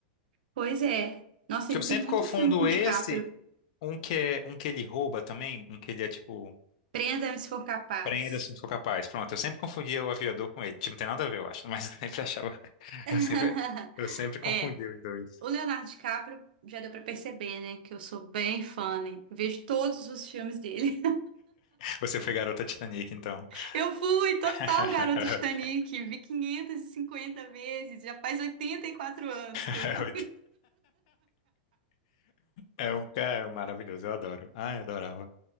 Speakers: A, on the right (about 70°); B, on the left (about 50°).
A: Pois é. Nossa,
B: Que
A: ele
B: Eu sempre
A: tem muito
B: confundo
A: filme com o
B: esse,
A: DiCaprio.
B: um que é um que ele rouba também, um que ele é tipo,
A: Prenda-me se for capaz.
B: prenda se não for capaz. Pronto, eu sempre confundia o aviador com ele. Tipo, não tem nada a ver, eu acho, <laughs> mas eu sempre achava,
A: <laughs>
B: eu sempre, eu sempre confundia
A: É,
B: os dois.
A: o Leonardo DiCaprio já deu pra perceber, né? Que eu sou bem fã, né? Vejo todos os filmes dele.
B: Você foi garota Titanic, então.
A: <laughs> Eu fui total
B: <laughs>
A: garota Titanic, vi 550 vezes, já faz 84 anos
B: <laughs>
A: que eu vi.
B: É, oito- é um cara maravilhoso, eu adoro. Ah, eu adorava.